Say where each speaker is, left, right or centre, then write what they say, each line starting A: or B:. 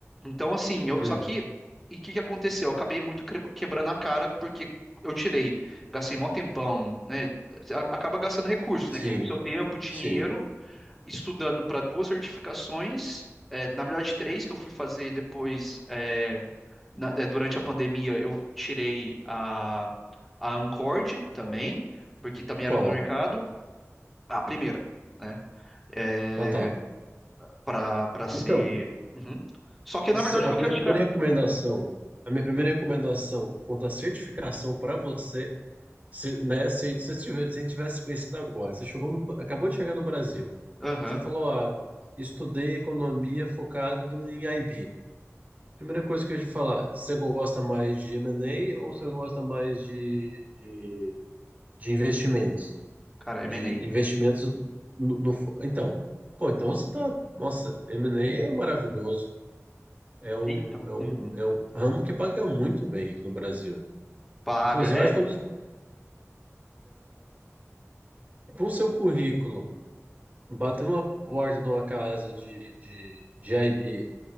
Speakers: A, in the centre; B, on the right.
A: Então, assim, eu,
B: Uhum.
A: só que, e o que que aconteceu? Eu acabei muito cre- quebrando a cara porque eu tirei, gastei mó tempão, né? Você a- Acaba gastando recursos,
B: Sim,
A: né? Que é o seu tempo, dinheiro,
B: sim.
A: estudando para duas certificações, é, na verdade, três que eu fui fazer depois, é, na- é, durante a pandemia, eu tirei a, a Ancord também, porque também
B: Qual?
A: era do mercado, a primeira, né? É,
B: Ah, tá.
A: para para ser.
B: Então,
A: Uhum. Só que, na
B: Se-
A: verdade,
B: A
A: o que
B: minha
A: eu quero tirar.
B: primeira recomendação, a minha primeira recomendação quanto à certificação para você, se, né, se, se, você tivesse, se você tivesse conhecido agora, você chegou no- acabou de chegar no Brasil,
A: Aham.
B: você falou, ah, estudei economia focado em IB. Primeira coisa que eu ia te falar, você gosta mais de M&A ou você gosta mais de, de, de investimentos?
A: Cara,
B: De
A: M&A.
B: investimentos no, no... Então, pô, então você tá... Nossa, M&A é maravilhoso. É um,
A: Então.
B: é um,
A: Uhum.
B: é um ramo que paga muito bem aqui no Brasil.
A: Paga.
B: Inclusive,
A: É.
B: acho que é um dos- com o seu currículo, batendo uma porta de uma casa de, de, de IB,